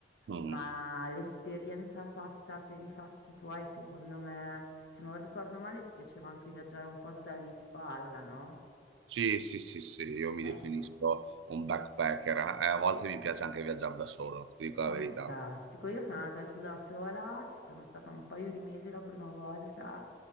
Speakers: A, on the right; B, on the left.
A: mhm.
B: ma l'esperienza fatta per i fatti tuoi, secondo me, se non ricordo male, ti piaceva anche viaggiare un po' a zaino in spalla, no?
A: Sì, sì, sì, sì, io mi
B: Ecco,
A: definisco un backpacker, eh, a volte mi piace anche viaggiare da solo, ti dico
B: fantastico.
A: la verità.
B: Io sono andata giù da sola, ci sono stata un paio di mesi la prima volta